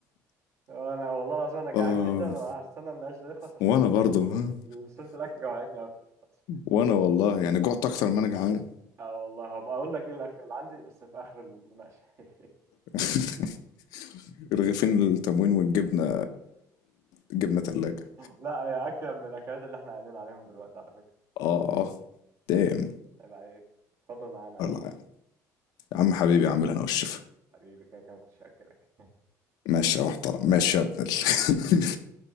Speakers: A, on the right (about 40°); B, on the left (about 70°).
A: انا والله العظيم انا جعان
B: اه
A: جدا وهستنى النقاش ده يخلص عشان
B: وانا
A: اقوم
B: برضو ها؟
A: صورة الاكل جوعتني اكتر بس.
B: وانا والله يعني جعت اكتر ما انا جعان
A: اه والله هبقى اقول لك ايه الاكل اللي عندي بس في اخر المناقشه <laughs>
B: <laughs> رغيفين التموين والجبنه الجبنه تلاجة
A: لا هي اكله من الاكلات اللي احنا قايلين عليهم دلوقتي على فكره
B: اه دام
A: عيب عليك اتفضل معانا يا
B: والله
A: عم
B: يا عم يا عم حبيبي اعمل انا والشفا
A: حبيبي كده كده ما كنتش هاكلك
B: ماشي يا محترم ماشي يا ابن ال-